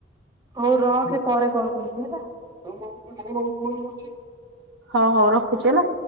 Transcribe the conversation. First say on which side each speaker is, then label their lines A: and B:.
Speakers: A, on the right; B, on the right.
A: ହଉ ରଖେ ପରେ କଲ କରିବି ହେଲା। ତମ ଫୋନ୍ କୁ ଫୋନ୍ କରୁଚି
B: ହଉ ହଉ ର ଖୁଛି ହେଲା।